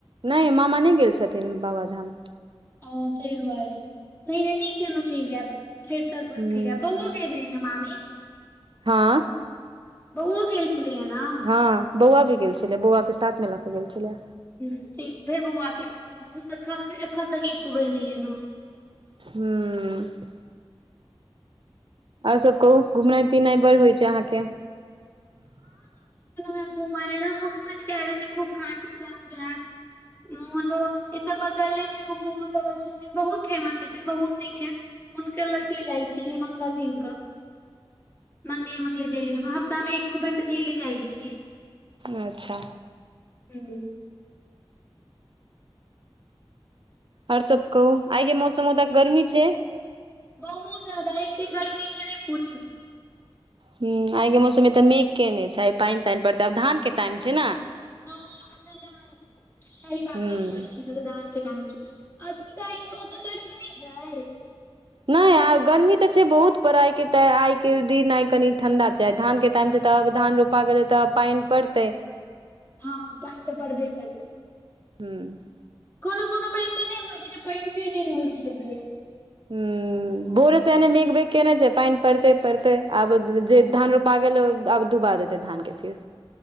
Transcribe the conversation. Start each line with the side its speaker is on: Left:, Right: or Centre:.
Right: नहि मामा नहि गेल छथिन बाबाधाम।
Left: ओ तई दुआारे नहि नहि निक केलहु चलि जायव फेर सभ घुम
Right: हूँ
Left: फिर यैब बओ <unintelligible> मामी
Right: हँ
Left: बौओ गेल छलैया ना?
Right: हँ बौआ भी गेल छलै बौआ के साथ मे ल के गेल छलै।
Left: ह ठीक फेर बौआ चलि गेलय दोसर तन एखन तक एको बेर नहि गेलहु।
Right: हूं आओर सब कहू घुमनाई पिनाई बड़ होइ छैय अहाँके। <inaudible>
Left: घुमा ल त हम ओसोच <unintelligible> छी खूब खाटुस हम जायब मोहन बाबा एतऽ बगले मे एगो मोहन बाबा छथिन बहुत फेमस छथिन बहुत नीक छैथ। हुनके लग चलि जाइ छी जे मंगल दिन क। मंगले मंगले चलि गेलहुँ हफ्तामे एक दू बेर तऽ चलिये जाइत छियै।
Right: अच्छा
Left: हू
Right: आओर सब कहू आइ के मौसममे तऽ गर्मी छैय।
Left: बहुत जादा ऐतै गरमी छैय नहि पूछू।
Right: हूं आइके मौसममे तऽ मेघके नहि छैय आइ पानि तानि पड़तै आब धानके टाइम छैय ने।
Left: हँ ए त सही
Right: हूँ
Left: बात <unintelligible> छियइ मतदान के टाइम के आ की कहै छै ओ तऽ गरमी नहि छय
Right: नहि आ गर्मी तऽ छै बहुत पर आइ के आइ के दिन आई कनी ठंडा छय आ धान के टाइम छै त आब धान रोप प गेलय तऽ पानि पड़तै
Left: हँ पइन तऽ पड़बे करत
Right: हूँ
Left: कोनो कोनो बेर एते नहि होइ छै जे पहिने नहि ने होइ छलय
Right: हूँ भोरे से एने मेघ बेेघ केने छै पइन पड़ते पड़ते आब जे धान रोपा गेल आब डबा देतइ धान के फिर